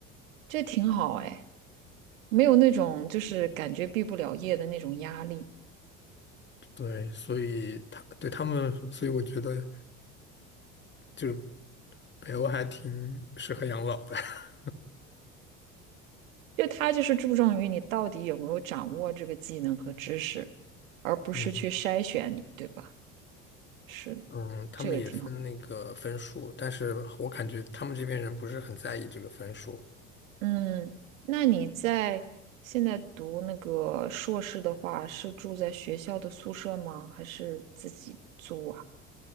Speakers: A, on the right; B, on the left.
A: 这挺好哎，没有那种就是感觉毕不了业的那种压力。
B: 对，所以他对他们，所以我觉得。就北欧还挺适合养老的。<laughs>
A: 就他就是注重于你到底有没有掌握这个技能和知识，而不是去筛选你，
B: 嗯
A: 对吧？是的，
B: 嗯，他们也分那个分数，
A: 这个挺好。
B: 但是我感觉他们这边人不是很在意这个分数。
A: 嗯，那你在现在读那个硕士的话，是住在学校的宿舍吗？还是自己租啊？